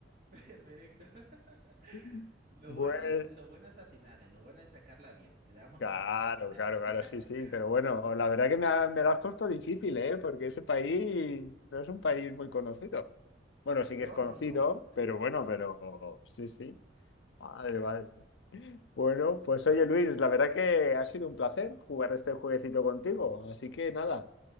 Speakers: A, on the right (about 50°); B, on the left (about 85°).
A: Perfecto. <laughs>
B: <laughs>
A: Lo
B: Bueno,
A: bueno es, lo bueno es atinarle, lo bueno es sacarla bien. Quedamos
B: Claro,
A: empates. <laughs>
B: claro, claro, sí, sí, pero bueno, la verdad que me, ha- me lo has puesto difícil, ¿eh? Porque ese país no es un país muy conocido. Bueno, sí que
A: No,
B: es conocido,
A: no, no.
B: pero bueno, pero sí, sí. Madre, madre. Bueno, pues oye Luis, la verdad que ha sido un placer jugar este jueguecito contigo, así que nada,